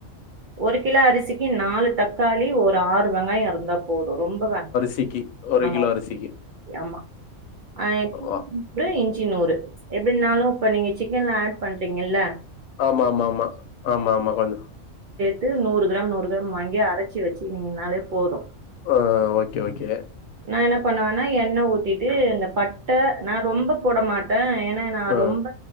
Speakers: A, on the right; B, on the left.
A: ஒரு கிலோ அரிசிக்கு நாலு தக்காளி ஒரு ஆறு வெங்காயோ இருந்தா போது ரொம்ப வேணா
B: சிக்கி ஒரு
A: ஆமா
B: கிலோ அரிசிக்கி
A: ஆமா அ <inaudible>
B: ஆ.
A: இஞ்சி நூறு எப்டினாலு இப்ப நீங்க சிக்கன்ல ஆட் பண்றிங்கல்ல
B: ஆமா ஆமா ஆமா ஆமா ஆமா கொஞ்சோ
A: இது நூறு கிராம் நூறு கிராம் வாங்கி அரச்சி வச்சிகினீங்கனாலே போது
B: ஒஅ ஓகே ஓகே
A: நா என்ன பண்ணுவன்னா எண்ண ஊத்திட்டு இந்த பட்ட நா ரொம்பப் போட மாட்டே ஏனா நா
B: ஆ
A: ரொம்ப